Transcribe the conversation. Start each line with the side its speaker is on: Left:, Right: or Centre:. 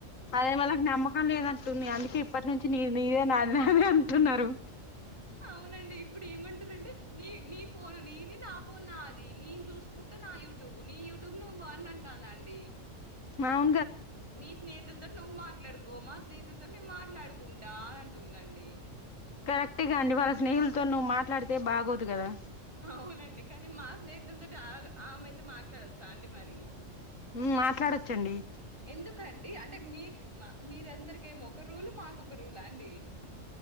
Left: అదే వాళ్ళకి నమ్మకం లేదంటుంది అందుకే ఇప్పటి నుంచి నీ నీదే నాది నాదే అంటున్నారు
Right: అవునండి ఇప్పుడు ఏమంటురంటే నీ నీ ఫోన్ నీది నా ఫోన్ నాది నేను చూసుకు ట నా యూట్యూబ్ నీ యూట్యూబ్ నువ్వు వన్ అంటాందండి
Left: మవు
Right: మీ స్నేహతులతోటి నువ్ మాట్ ట్లాడుకో మా స్నేహితులతోటి నిన్ మాట్లాడుకుంటా అని అంటుందండి
Left: కరెక్ట్ గ అండి వాళ్ళ స్నేహిల్ తోని నువ్ మాట్లాడు తే బాగోదు కదా
Right: అవునండి కానీ మా స్నేహితులతోటి ఆమే ఆమెయితే మాట్లాడొచ్చ అండి మరి
Left: మ్ మాట్లాడొచ్చండి
Right: ఎందుకండి అంటే మీ మా మీరందరిక ఏమో ఒక రూల్ మాకొక రూల అండి